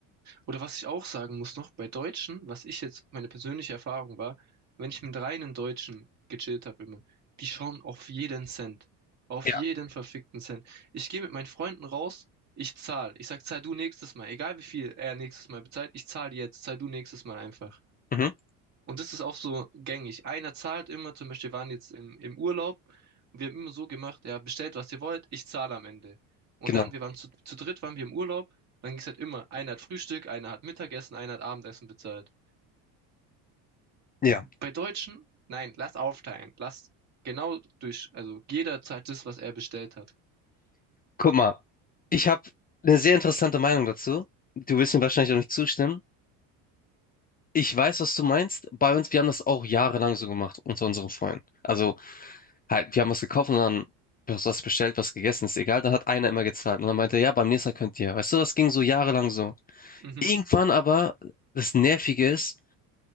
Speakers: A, on the right (about 45°); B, on the left (about 25°).
A: Oder was ich auch sagen muss noch, bei Deutschen, was ich jetzt, meine persönliche Erfahrung war, wenn ich mit reinen Deutschen gechillt habe immer, die schauen auf jeden Cent. Auf
B: Ja,
A: jeden verfickten Cent. Ich gehe mit meinen Freunden raus, ich zahl. Ich sag, zahl du nächstes Mal. Egal wie viel er nächstes Mal bezahlt, ich zahl jetzt, zahl du nächstes Mal einfach.
B: mhm,
A: Und das ist auch so gängig. Einer zahlt immer, zum Beispiel wir waren jetzt im, im Urlaub und wir haben immer so gemacht, ja, bestellt, was ihr wollt, ich zahle am Ende. Und
B: genau.
A: dann, wir waren zu, zu dritt, waren wir im Urlaub, dann ging es halt immer, einer hat Frühstück, einer hat Mittagessen, einer hat Abendessen bezahlt.
B: Ja,
A: Bei Deutschen, nein, lass aufteilen, lass genau durch, also jeder zahlt das, was er bestellt hat.
B: guck mal. Ich habe eine sehr interessante Meinung dazu. Du wirst mir wahrscheinlich auch nicht zustimmen. Ich weiß, was du meinst. Bei uns, wir haben das auch jahrelang so gemacht unter unseren Freunden. Also Halt, wir haben was gekauft und dann was was bestellt, was gegessen, ist egal. Dann hat einer immer gezahlt und dann meinte er, ja, beim nächsten Mal könnt ihr. Weißt du, das ging so jahrelang so.
A: Mhm.
B: Irgendwann aber, das Nervige ist,